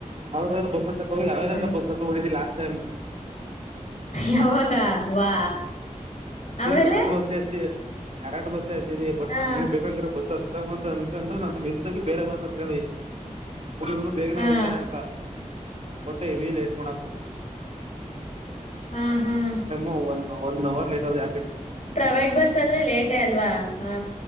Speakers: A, on the right; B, on the left.
A: ಯಾವುದೇ ಯಾವುದೋ ಬಸ್ ಸತ್ತ ಹೋಗಿ ಯಾವುದೋ ಯಾವುದೋ
B: ಹೌದು
A: ಬಸ್ ಹತ್ತಿ ಬಂದಿಲ್ಲ ತ್ತಮ್ಮ
B: ಯಾವಾಗ
A: ಹ
B: ವಾ
A: ಅಂದ್ರೆ
B: ಆಮೇಲೆ
A: ಕನಾಟಕ ವಸತಿ ಕರಾಟ್ ಬಸ್ ಆಯತತಿ ಬಟ್
B: ಹಾ
A: ನನ್ಗ್ ಬೇಕಾಗಿರ ಬಸ್ ಂತ ಅನ್ಕೊಂಡು ನ ಮಿಗಿ ಬೇರೆ ಬಸ್ ಹತ್ಕೊಂಡೆ ಕುಡಿ ಇನು ಬೇಗನೆ
B: ಹಾ
A: ಹೋಯ್ತಾನೆ ಅಂತ ಒಟ್ಟೆ ಹೆವಿಲೇಟ್ ಮಾಡಕ್
B: ಹ್ಮ್ ಹ್ಮ್
A: ಒ ಒನ್ ಅವರ್ ಲೆಟ್ತಾವ
B: ಪ್ರೈವೇಟ್ ಬಸ್ ಆದ್ರೆ ಲೇಟೇ ಅಲ್ವಾ ಹಾ